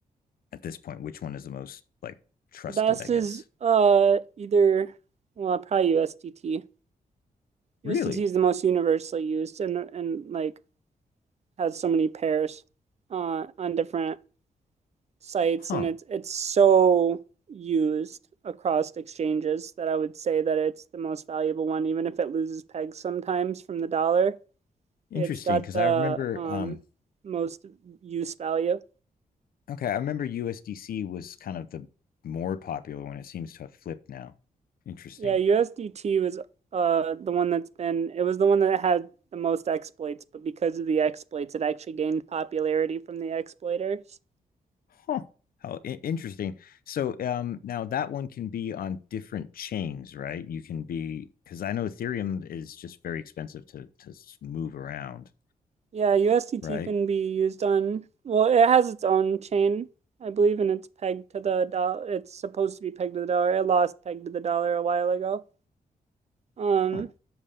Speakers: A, on the left; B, on the right.
A: at this point? Which one is the most like trusted,
B: The best
A: I guess?
B: is uh either well probably USDT. USDT
A: Really?
B: is the most universally used and and like has so many pairs uh, on different sites
A: Huh.
B: and it's it's so used across exchanges that I would say that it's the most valuable one even if it loses pegs sometimes from the dollar.
A: Interesting.
B: It's got
A: Cause
B: the
A: I remember
B: um,
A: um
B: most use value.
A: okay, I remember USDC was kind of the more popular one. It seems to have flipped now. Interesting.
B: Yeah, USDT was uh, the one that's been it was the one that had the most exploits, but because of the exploits it actually gained popularity from the exploiters.
A: Huh. How i- interesting. So um, now that one can be on different chains, right? You can be because I know Ethereum is just very expensive to to s- move around,
B: Yeah, USDT
A: right?
B: can be used on, well, it has its own chain, I believe, and it's pegged to the dollar. It's supposed to be pegged to the dollar. It lost pegged to the dollar a while ago. Um,
A: Huh.